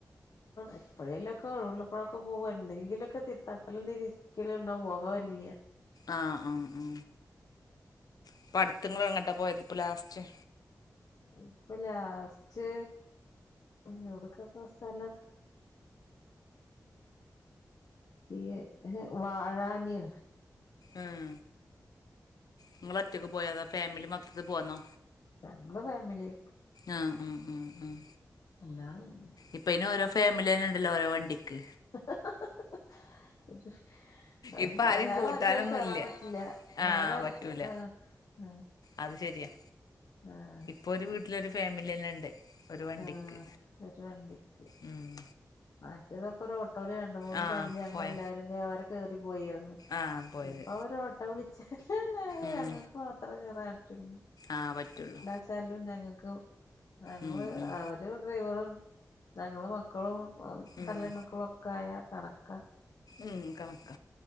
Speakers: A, on the left; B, on the left.
A: എപ്പൊഴേലൊക്കെ ഒഴിവുള്ളപ്പോഴൊക്കെ പോകും എന്തെങ്കിലൊക്കെ തി തട്ടലും തിരി ക്കല്ണ്ടാവും പോകാൻ ഒരുങ്ങിയ
B: ആ ആ ആ ഇപ്പട്ത്ത്ങ്ങളെങ്ങട്ടാ പോയതിപ്പ ലാസ്റ്റ്
A: ഇപ്പ ലാസ്റ്റ് എവിടക്കപ്പ സ്ഥലം ഈ വാഴാനിയ
B: ഉം നിങ്ങളൊറ്റക്ക് പോയതാ അതാ ഫാമിലി മൊത്തത്തി പോന്നോ
A: ഞങ്ങള് ഫാമിലി
B: ആഹ് ആഹ് ആഹ് ആഹ്
A: അല്ലാതെയില്ല
B: ഇപ്പയിനോരോ ഫാമിലിയന്നെയ്ണ്ടല്ലോ ഓരോ വണ്ടിക്ക്
A: ഹ് ഹ് ഹ് ഹ് ഹ്
B: ഇപ്പം
A: വേറാര്ക്കും
B: ആരേം കൂട്ടാനൊന്നും
A: അയില് കേറാൻ
B: ഇല്ല
A: പറ്റില്ല വേറാര്ക്കും
B: ആഹ് പറ്റൂല
A: ആഹ് ആഹ്
B: അത് ശെരിയാ
A: ആഹ്
B: ഇപ്പൊ ഒരു വീട്ടിലൊരു ഫാമിലിന്നെ ണ്ട് ഒരു വണ്ടിക്ക്
A: ആഹ് ഒരു വണ്ടിക്ക്
B: ഉം
A: മറ്റേതൊക്കെ ഒരു ഓട്ടോൽ രണ്ട് മൂന്ന്
B: ആഹ്
A: ഫാമിലി ഞങ്ങളെ
B: പോയ
A: എല്ലാരും വരെ കേറി പോയിരുന്നു
B: ആഹ് പോയത്
A: ഇപ്പൊ ഒര് ഓട്ടോ വിളിച്ചാല്ല്ലേ
B: ഉം
A: ഞങ്ങക്ക് മാത്രേ കേറാറ്റുള്ളൂ
B: ആഹ് പറ്റുള്ളൂ
A: ച്ചാലും ഞങ്ങക്ക് ഞങ്ങള്
B: ഉം ഉം
A: അവര് ഡ്രൈവറും ഞങ്ങള് മക്കളും വ
B: ഉം
A: തള്ളേം മക്കളൊക്കെ ആയാൽ കണക്ക
B: ഉം കണക്ക